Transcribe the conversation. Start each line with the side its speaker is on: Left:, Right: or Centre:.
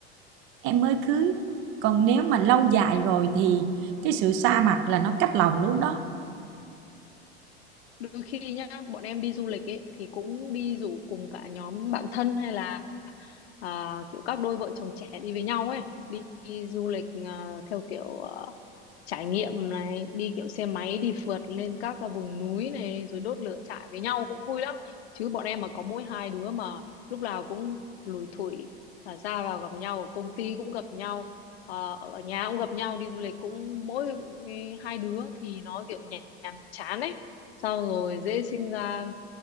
Right: em mới cưới còn nếu mà lâu dài rồi thì cái sự xa mặt là nó cách lòng luôn đó
Left: đôi khi nhá bọn em đi du lịch ấy thì cũng đi rủ cùng cả nhóm bạn thân hay là à, kiểu các đôi vợ chồng trẻ đi với nhau ấy đi, đi du lịch à, theo kiểu à, trải nghiệm này đi kiểu xe máy đi phượt lên các cái vùng núi này rồi đốt lửa trại với nhau cũng vui lắm chứ bọn em mà có mỗi hai đứa mà lúc nào cũng lủi thủi à, ra vào gặp nhau ở công ty cũng gặp nhau à, ở nhà cũng gặp nhau đi du lịch cũng mỗi ừ, hai đứa thì nó kiểu nhàm nhàm chán ấy xong rồi dễ sinh ra